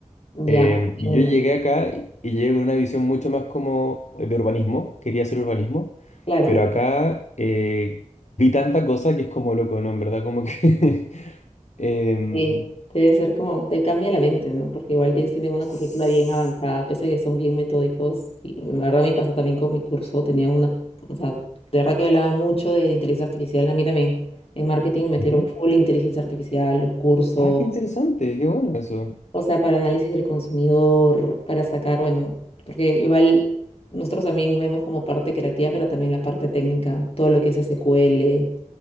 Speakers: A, on the left; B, on the left.
A: Eh,
B: Ya, entendí.
A: y yo llegué acá y, y llegué con una visión mucho más como de urbanismo, quería hacer urbanismo,
B: Claro.
A: pero acá eh, vi tanta cosa que es como loco, ¿no? En verdad, como que... <laughs> em,
B: Sí, debe ser como, te cambia la mente, ¿no? Porque igual ellos tienen una
A: s-
B: currícula bien avanzada, pese a que son bien metódicos. Y la verdad me pasó también con mi curso, tenían una, o sea, de verdad que hablaban mucho de la inteligencia artificial. A mí también en marketing me metieron
A: ujú.
B: full inteligencia artificial, los cursos,
A: Ah, qué interesante, qué bueno eso.
B: o sea, para análisis del consumidor, para sacar, bueno, porque igual nosotros también vemos como parte creativa, pero también la parte técnica, todo lo que es SQL